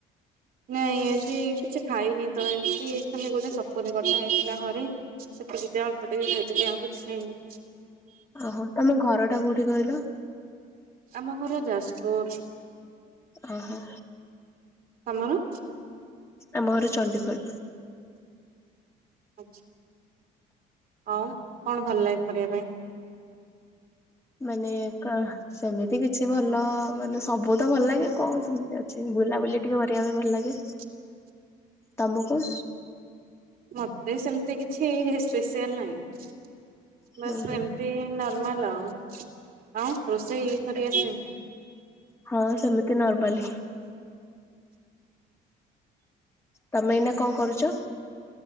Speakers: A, on the right; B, on the left.
A: ନାଇଁ ଆଜି କିଛି ଖାଇନି ତ ଏମତି ଖାଲି ଗୋଟେ ସପୁରି କଟା ହେଇଥିଲା ଘରେ ସେତିକି ଯା ଅଳ୍ପ ଟିକେ ଖାଇଥିଲି ଆଉ କିଛି ଖାଇନି।
B: ଓହୋ ତମ ଘର ଟା କୋଉଠି କହିଲ?
A: ଆମ ଘର ଯାଜପୁର।
B: ଆହଁ।
A: ତମର?
B: ଆମ ଘର ଚଣ୍ଡିଖୋଲ।
A: ଆଛା ଆଉ କଣ ଭଲ ଲାଗେ କରିବା ପାଇଁ?
B: ମାନେ କା ସେମିତି କିଛି ଭଲ ମାନେ ସବୁ ତ ଭଲ ଲାଗେ କଁ ସେମିତି ଅଛି ବୁଲାବୁଲି ଟିକେ କରିବା ପାଇଁ ଭଲ ଲାଗେ।
A: <inaudible>
B: ତମକୁ?
A: ମତେ ସେମିତି କିଛି ସ୍ପେସିଆଲ ନାହିଁ
B: ହୁଁ
A: ବାସ୍
B: ହୁଁ
A: ଏମ ତି ନର୍ମାଲ ଆଉ ଆଉ ରୋଷେଇ କରି ଆସେ?
B: ହଁ ସେମିତି ନର୍ମାଲି। ତମେ ଏଇନା କଣ କରୁଛ?